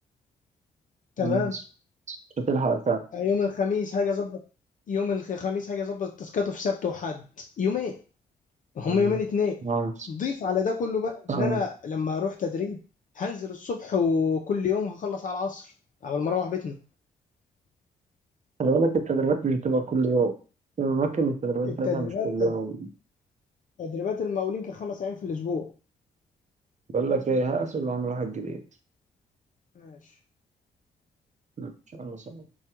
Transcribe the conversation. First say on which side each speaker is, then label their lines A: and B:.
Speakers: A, on the left; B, on the right.
A: تمام
B: مم. مش هتلحق فعلا
A: آه، يوم الخميس هاجي اظبط يوم الخميس هاجي اظبط تاسكات في سبت وحد يومين هم
B: يعني
A: يومين اتنين
B: مع نفسك
A: ضيف على ده كله بقى ان
B: اه
A: انا لما اروح تدريب هنزل الصبح وكل يوم هخلص على العصر على ما اروح بيتنا
B: خلي بالك التدريبات مش بتبقى كل يوم في أماكن التدريبات
A: التدريبات
B: بتاعتها مش كل يوم
A: تدريبات المقاولين كان خمس ايام في الاسبوع
B: بقول لك إيه هقفل وأعمل واحد جديد
A: ماشي
B: إن شاء الله سلام